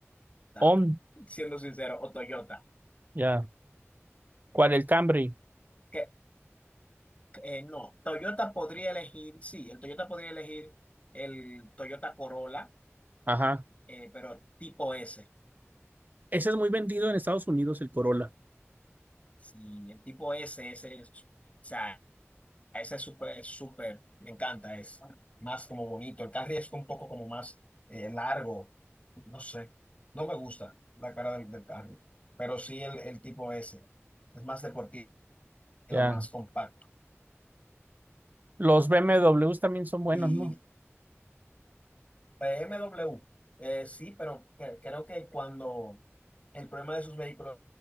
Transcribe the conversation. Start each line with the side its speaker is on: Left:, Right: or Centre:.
Left: <laughs>
Right: On,
Left: siendo sincero, o Toyota.
Right: ya. ¿Cuál? El Camry.
Left: que Eh, no, Toyota podría elegir, sí, el Toyota podría elegir el Toyota Corolla,
Right: Ajá,
Left: eh, pero tipo S.
Right: Ese es muy vendido en Estados Unidos, el Corolla.
Left: Sí, el tipo S, ese es, o sea, ese es súper, es súper, me encanta, es más como bonito. El carry es un poco como más eh, largo, no sé, no me gusta la cara del, del carro, pero sí el, el tipo S, es más deportivo,
Right: ya.
Left: más compacto.
Right: Los BMWs también son buenos,
Left: Y
Right: no
Left: B M W, eh, sí, pero cre- creo que cuando el problema de sus vehículos